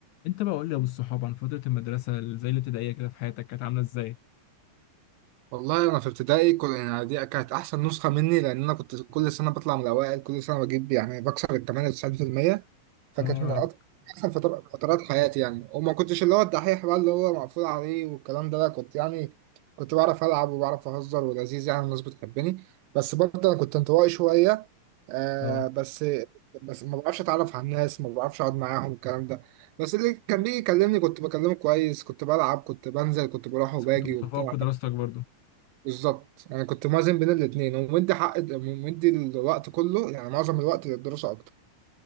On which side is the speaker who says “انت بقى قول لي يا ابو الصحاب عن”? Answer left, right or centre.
Left